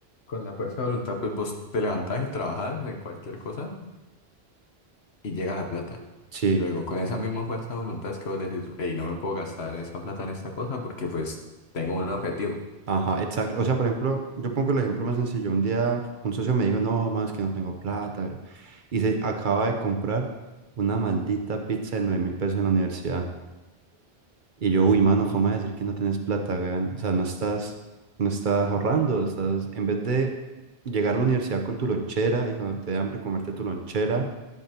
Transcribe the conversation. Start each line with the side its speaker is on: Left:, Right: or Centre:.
Left: Con la fuerza de voluntad, pues vos te levantás y trabajás en cualquier cosa y llega la plata.
Right: sí
Left: Y luego con esa misma fuerza de voluntad es que vos decís, hey, no me puedo gastar esa plata en esta cosa porque pues tengo un objetivo.
Right: Ajá, exacto. O sea, por ejemplo, yo pongo el ejemplo más sencillo. Un día un socio me dijo, no, más que no tengo plata, bro". Y se acaba de comprar una maldita pizza de nueve mil pesos en la universidad. Y yo, uy, mano, ¿cómo vas a decir que no tienes plata, weón? O sea, no estás, no estás ahorrando, estás, en vez de llegar a la universidad con tu lonchera y cuando te dé hambre comerte tu lonchera